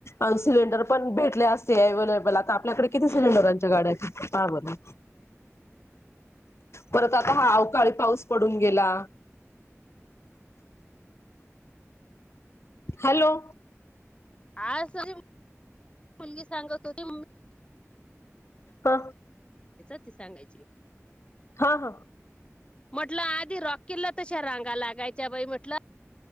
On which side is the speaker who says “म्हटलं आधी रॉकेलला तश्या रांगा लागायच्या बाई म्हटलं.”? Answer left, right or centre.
Left